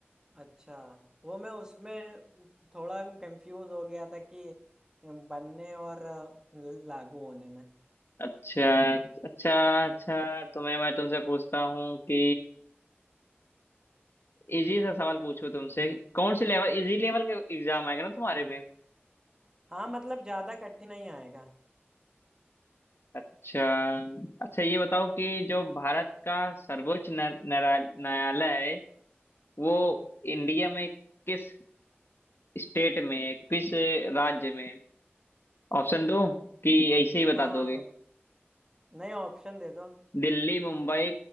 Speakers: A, on the right; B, on the left.
A: अच्छा वो मैं उसमें थोड़ा कंफ्यूज हो गया था कि बनने और लागू होने में
B: अच्छा अच्छा अच्छा तो मैं मैं तुमसे पूछता हूँ कि इजी सा सवाल पूछूं तुमसे कौन से लेवल इजी लेवल का एग्जाम आएगा ना तुम्हारे में
A: हाँ मतलब ज्यादा कठिन नहीं आएगा
B: अच्छा अच्छा ये बताओ कि जो भारत का सर्वोच्च न्या- न्याया- न्यायालय है वो इंडिया में किस स्टेट में है किस राज्य में है ऑप्शन दो कि ऐसे ही बता
A: हाँ
B: दोगे
A: हाँ नया ऑप्शन दे दो
B: दिल्ली मुंबई